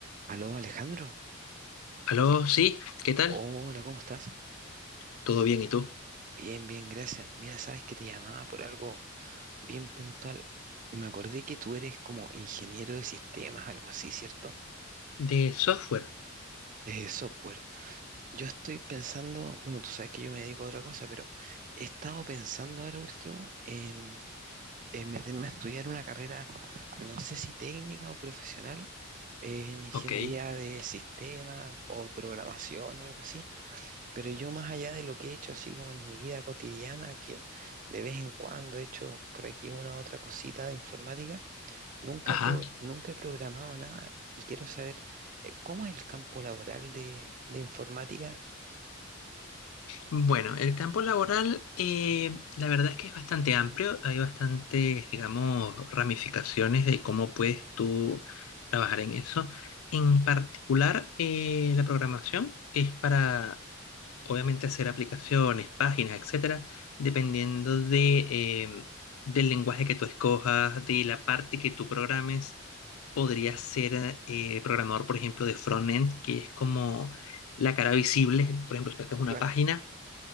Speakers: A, on the right; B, on the left.
A: Aló, Alejandro.
B: Aló, sí, ¿qué tal?
A: Hola, ¿cómo estás?
B: ¿Todo bien y tú?
A: Bien, bien, gracias. Mira, sabes que te llamaba por algo bien puntual. Me acordé que tú eres como ingeniero de sistemas, algo así, ¿cierto?
B: De software,
A: De software. Yo estoy pensando, bueno, tú sabes que yo me dedico a otra cosa, pero he estado pensando ahora último en, en meterme a estudiar una carrera, no sé si técnica o profesional, en ingeniería
B: ok,
A: de sistemas o programación, algo así. Pero yo más allá de lo que he hecho así como en mi vida cotidiana, que de vez en cuando he hecho por aquí una otra cosita de informática, nunca
B: ajá.
A: he, pro- nunca he programado nada y quiero saber eh, cómo es el campo laboral de, de informática.
B: Bueno, el campo laboral, eh, la verdad es que es bastante amplio, hay bastantes, digamos, ramificaciones de cómo puedes tú trabajar en eso. En particular, eh, la programación es para obviamente hacer aplicaciones, páginas, etcétera, dependiendo de, em, del lenguaje que tú escojas, de la parte que tú programes. Podrías ser eh, programador, por ejemplo, de frontend, que es como la cara visible. Por ejemplo, si haces una
A: Claro,
B: página,